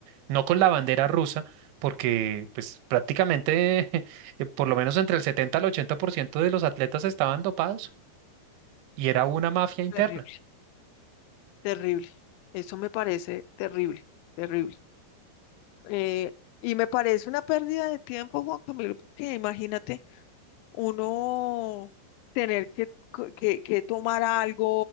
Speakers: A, on the right; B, on the left.
A: no con la bandera rusa, porque pues prácticamente, <laughs> eh, por lo menos entre el 70 al 80% de los atletas estaban dopados y era una mafia interna.
B: terrible, terrible. Eso me parece terrible, terrible. Eh, y me parece una pérdida de tiempo, Juan Camilo, porque imagínate uno tener que, co- que, que tomar algo